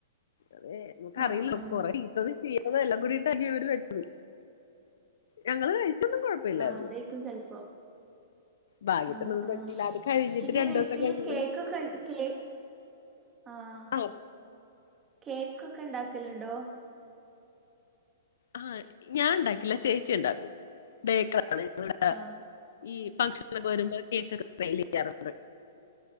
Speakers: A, on the left; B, on the right.
A: അതെ നമക്ക്റിയില്ലോ
B: ആഹ് ആഹ്
A: കൊറേ കീട്ടത് ചീരതെല്ലാം കൂടിട്ടര് വത്ത ഞങ്ങള്ൾ കഴിച്ചൊന്നും കുഴപ്പമില്ലായിരുന്നു
B: അതക്കും ചിലപ്പോ
A: ഭാഗ്യത്തിനൊന്നും
B: ആഹ ആഹ
A: പറ്റിയില്ല അത് കഴിഞ്ഞിട്ട്
B: പിന്നെ
A: രണ്ടൂസം
B: വീട്ടില്
A: കഴിഞ്ഞപ്പഴ്
B: കേക്ക്ൊ കെ കേക്ക് ആഹ
A: ആഹ്
B: കേക്കൊക്കെ ഇണ്ടാക്കലുണ്ടോ
A: ആഹ ഞാൻ ഉണ്ടാക്കില്ല ചേച്ചി ഉണ്ടാക്കും ബേക്കറാണ് ങ്ങളടെ
B: ആഹ്
A: ഈ ഫംഗഷനൊക്കെ വരുമ്പോ കേക്ക്ൊക്കെ െൽ ചെയ്യാറുണ്ട്